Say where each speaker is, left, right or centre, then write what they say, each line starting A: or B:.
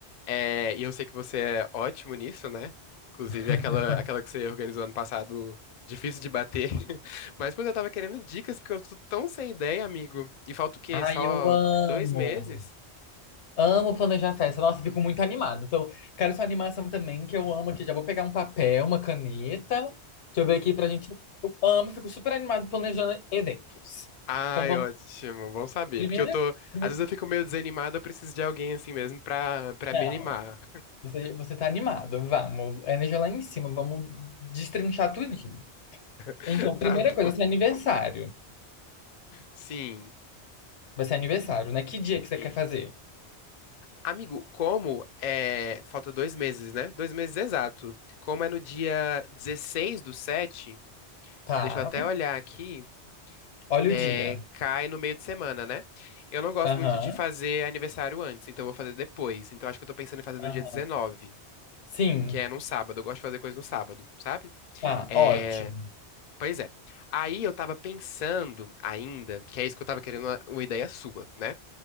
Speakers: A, on the left (about 55°); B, on the left (about 80°).
A: É... E eu sei que você é ótimo nisso, né? Inclusive
B: <laughs>
A: aquela, aquela que você organizou ano passado, difícil de bater. <laughs> Mas, pois, eu tava querendo dicas porque eu tô tão sem ideia, amigo. E falta o quê?
B: Ai,
A: Só
B: eu amo!
A: dois meses?
B: Amo planejar festa. Nossa, fico muito animado. Então, quero sua animação também, que eu amo aqui. Já vou pegar um papel, uma caneta. Deixa eu ver aqui pra gente. Eu amo, fico super animado planejando eventos.
A: Ai,
B: Então, vamos.
A: ótimo, bom saber.
B: Primeiro,
A: Porque eu tô.
B: primeiro-
A: Às vezes eu fico meio desanimado, eu preciso de alguém assim mesmo pra, pra
B: não.
A: me animar.
B: Você, você tá animado. Vamos. A energia lá em cima. Vamos destrinchar tudinho.
A: <laughs>
B: Então,
A: Tá
B: primeira
A: bom.
B: coisa, seu aniversário.
A: Sim,
B: Vai ser aniversário, né? Que dia que você
A: sim.
B: quer fazer?
A: Amigo, como é. Falta dois meses, né? Dois meses exato. Como é no dia 16 do 7?
B: Tá.
A: deixa eu até olhar aqui.
B: Olha
A: É...
B: o dia.
A: Cai no meio de semana, né? Eu não gosto
B: Aham.
A: muito de fazer aniversário antes, então eu vou fazer depois. Então acho que eu tô pensando em fazer no
B: aham.
A: dia 19,
B: Sim.
A: que é num sábado. Eu gosto de fazer coisa no sábado, sabe?
B: Tá,
A: É,
B: ótimo.
A: Pois é. Aí eu tava pensando ainda, que é isso que eu tava querendo uma, uma ideia sua, né?